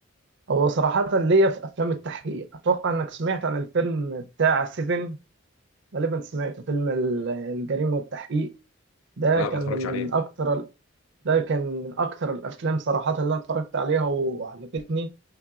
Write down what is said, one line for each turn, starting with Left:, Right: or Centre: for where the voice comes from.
Right: هو صراحة ليا في افلام التحقيق اتوقع انك سمعت عن الفيلم بتاع سيفن غالبا سمعته فيلم ال- الجريمة والتحقيق ده
Left: لا
Right: كان
Left: ما اتفرجتش
Right: من
Left: عليها
Right: اكتر ال- ده كان من اكتر الافلام صراحة اللي انا اتفرجت عليها وعجبتني